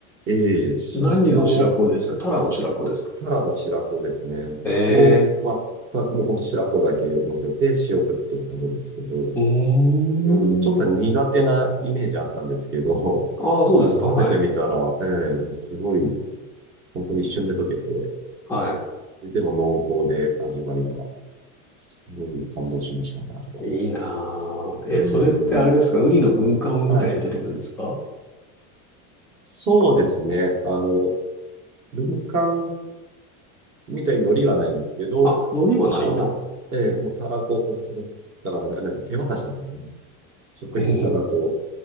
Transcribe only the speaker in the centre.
何の白子ですかタラの白子ですか
ええ。
うーん。
ああ、
そうですか。
はい。
はい。
いいなあ。え、
それってあれですかウニの軍艦みたいに出てくるんですか
あ、海苔はないんだ。
うん、